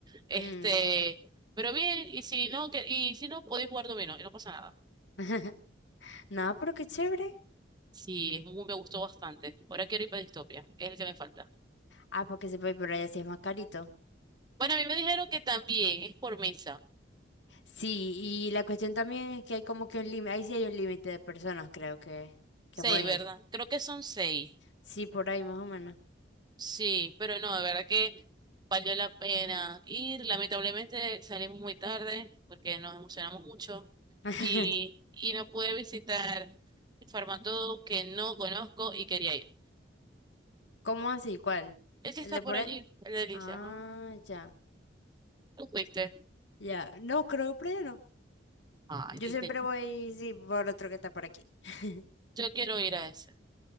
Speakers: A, on the right; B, on the left.
A: Este,
B: Mm.
A: pero bien, y si no, que, y si no, podéis jugar dominó y no pasa nada.
B: <laughs> No, pero qué chévere.
A: Sí, es muy- me gustó bastante. Ahora quiero ir para Distopia, es el que me falta.
B: Ah, porque se puede ir por allá si es más carito.
A: Bueno, a mí me dijeron que también es por mesa.
B: Sí, y la cuestión también es que hay como que un límite, ahí sí hay un límite de personas, creo que, que
A: Seis,
B: pueden
A: ¿verdad?
B: ir.
A: Creo que son seis.
B: Sí, por ahí más o menos.
A: Sí, pero no, de verdad que valió la pena ir. Lamentablemente salimos muy tarde porque nos emocionamos mucho
B: <laughs>
A: y, y no pude visitar Farmatodo que no conozco y quería ir.
B: ¿Cómo así? ¿Cuál?
A: El que
B: ¿El
A: está
B: de
A: por
B: por
A: allí,
B: ahí?
A: el de Alicia,
B: Ah,
A: ajá.
B: ya,
A: ¿Tú fuiste?
B: ya. No, creo que por allá no.
A: Ay,
B: Yo
A: viste.
B: siempre voy, sí, por otro que está por aquí. <laughs>
A: Yo quiero ir a ese.